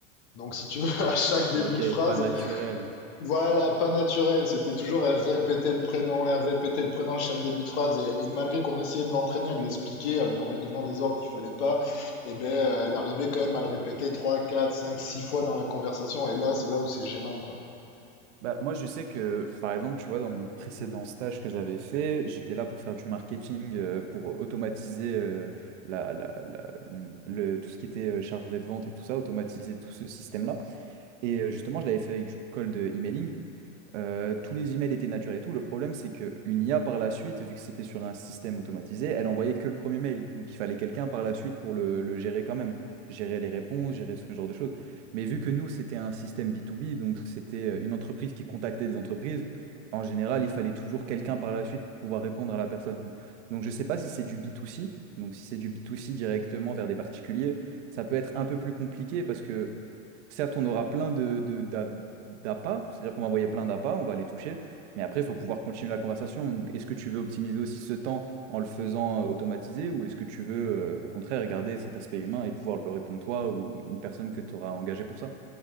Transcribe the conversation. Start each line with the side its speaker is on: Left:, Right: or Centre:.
Left: Donc, si tu veux, <laughs> à chaque début
Right: Ok,
Left: de phrase,
Right: pas naturel.
Left: voilà, pas naturel, c'était toujours elle répétait le prénom, elle répétait le prénom à chaque début de phrase. Et, et malgré qu'on essayait de l'entraîner à lui expliquer, à lui- en lui donnant des ordres qu'il fallait pas, eh ben, euh, elle arrivait quand même à le répéter 3, 4, 5, 6 fois dans la conversation. Et là, c'est là où c'est gênant, quoi.
Right: Bah, moi, je sais que, par exemple, tu vois, dans mon précédent stage que j'avais fait, j'étais là pour faire du marketing, euh, pour automatiser euh, la, la- la- hum, le, tout ce qui était euh, chargé de vente et tout ça, automatiser tout ce système-là. Et euh, justement, je l'avais fait avec du cold emailing. Euh, tous les emails étaient naturels et tout. Le problème, c'est qu'une IA, par la suite, vu que c'était sur un système automatisé, elle envoyait que le premier mail. Donc, il fallait quelqu'un par la suite pour le, le gérer quand même, gérer les réponses, gérer ce genre de choses. Mais vu que nous, c'était un système B2B, donc c'était euh, une entreprise qui contactait des entreprises, en général, il fallait toujours quelqu'un par la suite pour pouvoir répondre à la personne. Donc, je ne sais pas si c'est du B2C. Donc, si c'est du B2C directement vers des particuliers, ça peut être un peu plus compliqué parce que certes, on aura plein de, de- d'a- d'appâts, c'est-à-dire qu'on va envoyer plein d'appâts, on va les toucher, mais après, il faut pouvoir continuer la conversation. Donc, est-ce que tu veux optimiser aussi ce temps en le faisant euh, automatiser ou est-ce que tu veux, euh, au contraire, garder cet aspect humain et pouvoir le répondre toi ou une personne que tu auras engagée pour ça?